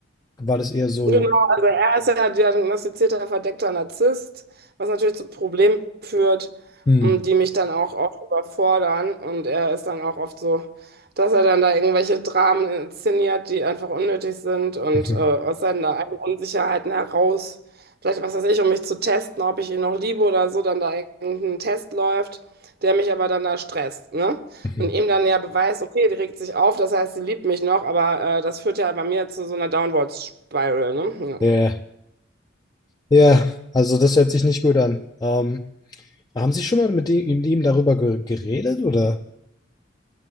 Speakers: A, on the left (about 20°); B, on the right (about 55°).
A: war das eher so,
B: Genau, also er ist ja diagnostizierter verdeckter Narzisst, was natürlich zu Problemen führt,
A: hm,
B: und die mich dann auch oft überfordern. Und er ist dann auch oft so, dass er dann da irgendwelche Dramen inszeniert, die einfach unnötig sind und
A: mhm,
B: äh, aus seinen eigenen Unsicherheiten heraus, vielleicht was weiß ich, um mich zu testen, ob ich ihn noch liebe oder so, dann da irgendein Test läuft, der mich aber dann da stresst, ne?
A: mhm.
B: Und ihm dann ja beweist, okay, die regt sich auf, das heißt, sie liebt mich noch, aber äh, das führt ja bei mir zu so einer Downward Spiral, ne?
A: ja,
B: Ja.
A: ja, also das hört sich nicht gut an. Ähm, Haben Sie schon mal mit ihm, mit ihm darüber ge geredet oder?